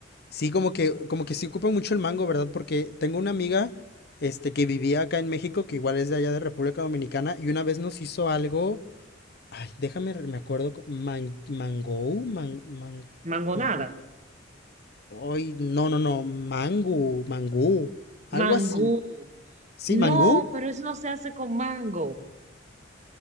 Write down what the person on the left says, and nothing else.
Sí, como que, como que sí ocupa mucho el mango, ¿verdad? Porque tengo una amiga, este, que vivía acá en México, que igual es de allá de República Dominicana, y una vez nos hizo algo, ay, déjame, re- me acuerdo, co- man, mango, man, man,
man, ay, no, no, no, mango, mangú, algo
así. Sí,
mangú.